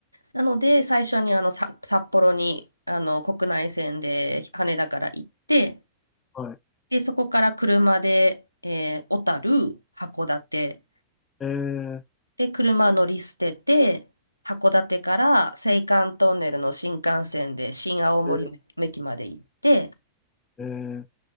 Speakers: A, on the left; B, on the left.
A: なので、最初にあの、さ、札幌に、あの、国内線で羽田から行って、
B: はい。
A: で、そこから車で、えー小樽、函館、
B: えー、
A: で、車乗り捨てて、函館から青函トンネルの新幹線で新青森駅まで行って、
B: えー、えー